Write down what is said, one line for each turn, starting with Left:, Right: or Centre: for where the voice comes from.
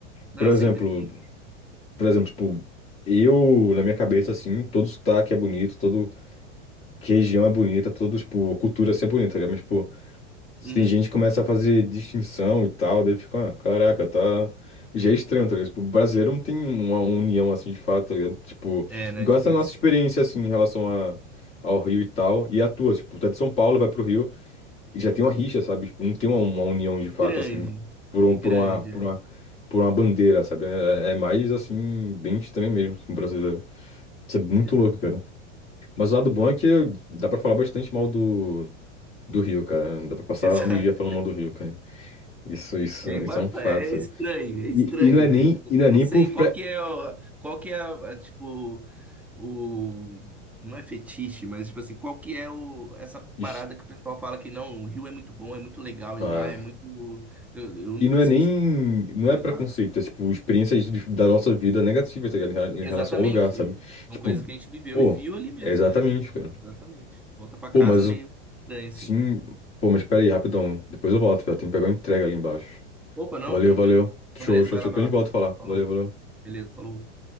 Centre: Não,
Left: Por exemplo.
Centre: sempre tem.
Left: Por exemplo, tipo, eu, na minha cabeça, assim, todo sotaque é bonito, todo que região é bonita, todo, tipo, cultura assim é bonita, tá ligado? Mas, tipo, se
Centre: Uhum.
Left: tem gente que começa a fazer distinção e tal, daí fica, ah, caraca, tá. Já é estranho, tá ligado? Tipo, o brasileiro não tem uma união assim de fato, tá ligado? Tipo,
Centre: É, né?
Left: igual
Centre: É Difícil.
Left: essa nossa experiência, assim, em relação a, ao Rio e tal, e a tua, tipo, tu é de São Paulo, vai pro Rio já tem uma rixa, sabe? Tipo, não tem uma, uma união de
Centre: Grande.
Left: fato, assim, por, um-
Centre: E grande.
Left: por uma, por
Centre: é.
Left: uma, por uma bandeira, sabe? É, é mais, assim, bem estranho mesmo, assim, brasileiro. Isso é muito
Centre: Exato.
Left: louco, cara.
Centre: <laughs>
Left: Mas o lado bom é que dá pra falar bastante mal do, do Rio, cara. Dá pra passar
Centre: Exato.
Left: um dia falando mal do Rio, cara. Isso, isso,
Centre: É, emba-
Left: isso é um fato,
Centre: é
Left: sabe?
Centre: estranho, é estranho,
Left: E, e não é nem,
Centre: velho. Tipo,
Left: e
Centre: assim,
Left: não
Centre: Eu
Left: é
Centre: não
Left: nem
Centre: sei
Left: por pré...
Centre: qual que é, o- qual que é, a- tipo, o... Não é fetiche, mas, tipo assim, qual que é o, essa parada
Left: Ixi,
Centre: que o pessoal fala que não, o Rio é muito bom, é muito legal
Left: Ah.
Centre: ir lá, é muito... Eu, eu
Left: E
Centre: nunca
Left: não é
Centre: senti,
Left: nem,
Centre: isso,
Left: não é
Centre: sei
Left: preconceito,
Centre: lá.
Left: é tipo, experiências de- da nossa vida negativas, tá ligado? Em rela- em
Centre: Exatamente.
Left: relação ao lugar, sabe?
Centre: São
Left: Tipo,
Centre: coisas que a gente viveu
Left: pô,
Centre: e viu ali mesmo,
Left: é exatamente,
Centre: é que
Left: cara.
Centre: exatamente. Volta pra
Left: Pô,
Centre: casa
Left: mas
Centre: meio
Left: o-
Centre: estranho assim.
Left: sim. Pô, mas espera aí, rapidão. Depois eu volto, velho. Tem que pegar uma entrega ali embaixo.
Centre: Opa, não,
Left: Valeu,
Centre: tranquilo.
Left: valeu. Show,
Centre: Não, beleza,
Left: show,
Centre: vai
Left: show.
Centre: lá,
Left: Depois
Centre: vai
Left: a gente volta
Centre: lá.
Left: a falar.
Centre: Falou.
Left: Valeu, valeu.
Centre: Beleza, falou.